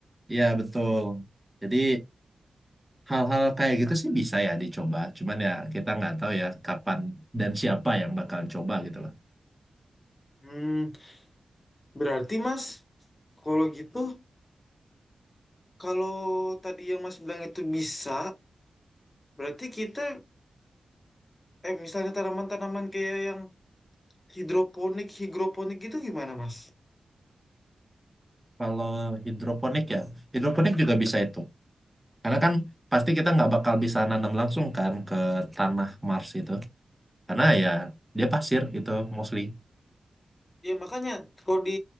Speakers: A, in the centre; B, on the left.
A: Iya, betul. Jadi hal-hal kayak gitu sih bisa ya dicoba. Cuman ya kita nggak tahu ya kapan dan siapa yang bakal coba gitu loh.
B: Hmm, berarti Mas, kalau gitu, kalau tadi yang Mas bilang itu bisa, berarti kita, eh misalnya tanaman-tanaman kayak yang hidroponik, hidroponik gitu gimana Mas?
A: Kalau hidroponik ya, hidroponik juga bisa itu. Karena kan pasti kita nggak bakal bisa nanam langsung kan ke tanah Mars itu. karena ya dia pasir gitu mostly
B: Ya makanya kalau di,